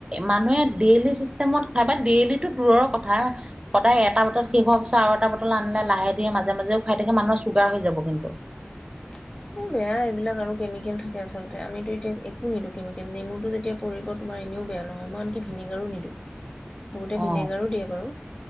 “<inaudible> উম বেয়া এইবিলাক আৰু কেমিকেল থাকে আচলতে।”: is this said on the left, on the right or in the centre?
Left